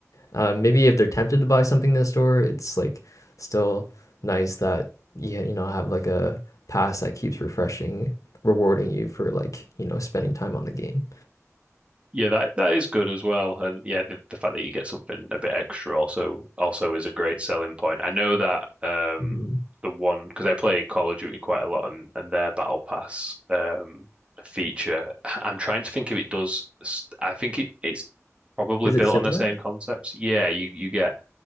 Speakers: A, on the left (about 85°); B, on the right (about 20°).
A: uh maybe if they're tempted to buy something in the store, it's like still nice that you you know have like a pass that keeps refreshing, rewarding you for like, you know, spending time on the game.
B: Yeah, that that is good as well, and yeah, the, the fact that you get something a bit extra also also is a great selling point. I know that um
A: Mhm.
B: the one because I play Call of Duty quite a lot, and and their Battle Pass um feature, <sighs> I'm trying to think if it does. s- I think it it's probably
A: Is
B: built
A: it similar?
B: on the same concepts. Yeah, you you get